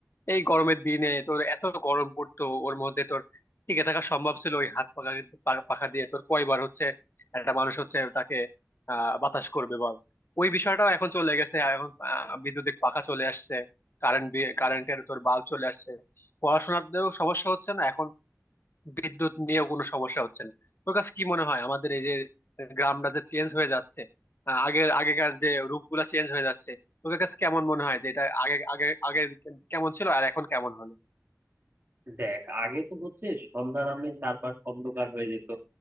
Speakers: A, on the left (about 45°); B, on the right (about 45°).
A: এই গরমের দিনে তোর এত গরম পড়তো ওর মধ্যে তোর টিকে থাকা সম্ভব ছিল ওই হাত পাখা পা- পাখা দিয়ে তোর কয়বার হচ্ছে একটা মানুষ হচ্ছে তাকে আহ বাতাস করবে বল ওই বিষয়টাও এখন চলে গেছে এখন আহ, বিদ্যুতিক পাখা চলে আসছে কারেন্ট কারেন্টের তোর বাল্ব চলে আসছে পড়াশোনাতেও সমস্যা হচ্ছে না এখন বিদ্যুৎ নিয়েও কোনো সমস্যা হচ্ছে না তোর কাছে কি মনে হয় আমাদের এই যে গ্রামটা যে চেঞ্জ হয়ে যাচ্ছে আহ, আগের আগেকার যে রূপগুলা চেঞ্জ হয়ে যাচ্ছে তোর কাছে কেমন মনে হয় যে এটা আগে আগে আগে কেমন ছিল আর এখন কেমন হলো
B: দেখ আগে তো হচ্ছে সন্ধ্যা নামলে চারপাশ অন্ধকার হয়ে যেত